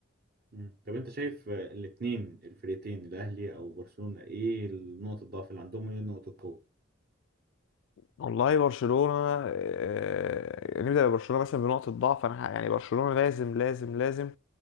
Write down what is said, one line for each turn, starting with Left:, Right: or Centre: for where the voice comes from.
Right: مم. طب انت شايف آه، الاتنين الفريقين الاهلي او برشلونة ايه نقطة الضعف اللي عندهم وايه نقطة القوة
Left: والله برشلونة آه، يعني نبدأ ببرشلونة مثلا بنقطة ضعف أنا ح- يعني برشلونة لازم لازم لازم